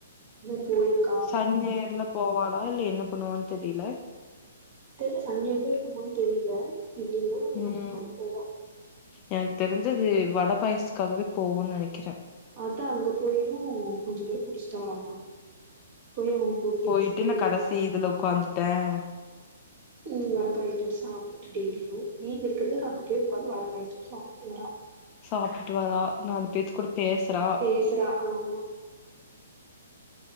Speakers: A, on the right; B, on the left.
A: இன்னு போ <unintelligible>
B: சனி ஞாயிறுல போவாலா இல்ல என்ன பண்ணுவான் தெரில
A: தெர் சன்டேல்லா இருக்குமோனு தெரில இல்லைன்னா மா
B: ம்.
A: போவா
B: எனக்கு தெரிஞ்சு அது வட பாயசத்துக்காகவே போவுன் நெனைக்கிற
A: அதா அங்க போயு கொஞ்சோ பேர் புடிச்சுட்டாளாமா போய் அவங்க கூட பேசிட்டு
B: போயிட்டு நான்
A: வட
B: கடைசி
A: பாயா
B: இதுல உட்காந்துட்டேன்
A: ம் வட பாயசத்தோடு சாப்பு டெலியு வீட்ல இருக்கிறதுக்கு அங்க போய் உ வந்து வட பாயாசத்தோடு சாப்புட்டு வரா
B: சாப்டுட்டு வாரா நாலு பேத்து கூட பேசுறா
A: பேசுறா ஆமா